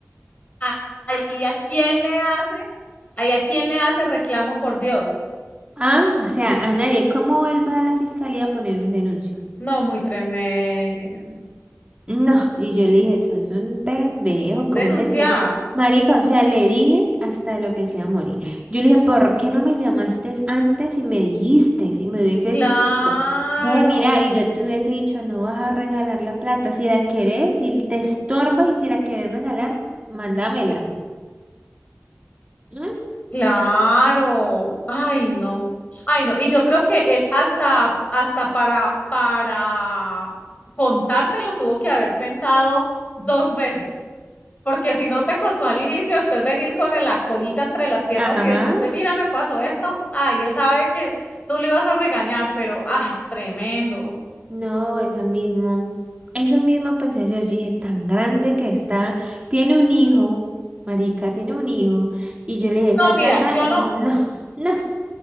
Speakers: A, on the left (about 35°); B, on the right (about 25°).
A: a- ahí a quién le hace, ahí a quién le hace reclamo por Dios.
B: Ah, o sea, a nadie. ¿Cómo él va a la fiscalía a poner un denuncio?
A: No, muy tremendo.
B: No, y yo le dije, sos un pendejo, ¿cómo
A: Denunciar.
B: es esto? Marica, o sea, le dije hasta lo que se iba a morir. Yo le dije, ¿por qué no me llamaste antes y me dijiste, si me hubieses
A: Claro.
B: dicho? Ve, mira, y yo te hubiese dicho, no vas a regalar la plata, si la querés, si te estorba y si la querés regalar, mándamela. ¿Mm?
A: Claro, ay no, ay no, y yo creo que él hasta, hasta para, para contártelo tuvo que haber pensado dos veces, porque si no te contó al inicio, después venir con la colita entre las piernas
B: Ajá.
A: y decirte, mira, me pasó esto, ay, él sabe que tú le ibas a regañar, pero, ah, tremendo.
B: No, eso mismo. Eso mismo pensé yo, yo dije, tan grande que está, tiene un hijo, marica, tiene un hijo, y yo le dije, esa
A: No, mira,
B: plata,
A: yo
B: eh,
A: no,
B: no, <laughs> no,